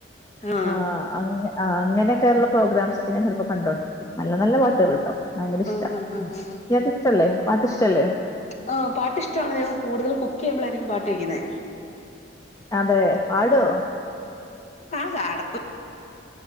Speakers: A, on the left; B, on the left.
A: ആഹ്
B: ആ അങ്ങ ആ അങ്ങനെയൊക്കെയുള്ള പ്രോഗ്രാംസ് ചിലപ്പോ കണ്ടോണ്ടിരിക്കും. നല്ല നല്ല പാട്ടുകൾ ട്ടോ. ഭയങ്കര ഇഷ്ടാ
A: ആ ഹ ഹാ ഹാ.
B: ഇയാക്ക് ഇഷ്ടല്ലേ പാട്ട് ഇഷ്ടല്ലേ
A: ആ പാട്ട് ഇഷ്ടമാണ് ഞാൻ കൂടുതൽ കുക് യ്യുമ്പളായിരിക്കും പാട്ട് കേൾക്കുന്നേ.
B: അതെ, പാടോ?
A: ആ പാടതൊന്നു